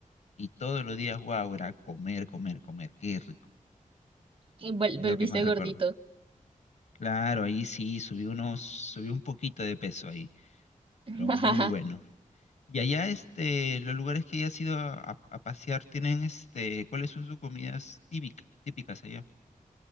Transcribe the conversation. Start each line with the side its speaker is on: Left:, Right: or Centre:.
Left: Y todos los días, guau, era comer, comer, comer. Qué rico.
Right: Y vol-
Left: Es
Right: Volviste
Left: lo que más recuerdo.
Right: gordito.
Left: Claro, ahí sí, subí unos, subí un poquito de peso ahí,
Right: <laughs>
Left: pero muy bueno. Y allá, este, los lugares que hayas ido a, a- a pasear tienen, este, ¿cuáles son sus comidas típic- típicas allá?